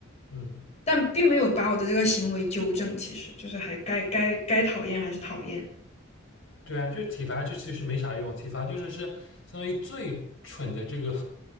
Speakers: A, on the left (about 65°); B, on the left (about 30°).
A: 嗯，
B: 但并没有把我的这个行为纠正，其实就是还该该该讨厌还是讨厌。
A: 对啊，就是体罚，这其实没啥用，体罚就是是相当于最蠢的这个